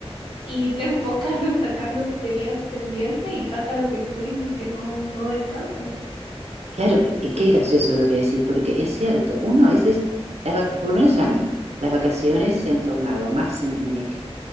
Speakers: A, on the left; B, on the right.
A: y te <laughs> enfocas en sacar lo que tenías pendiente y pasa lo que tú dices, que no, no descansas.
B: Claro, eh, qué qué gracioso lo que decís, porque es cierto, uno a veces, las vac- por lo menos a mí, las vacaciones se han tornado más en- en-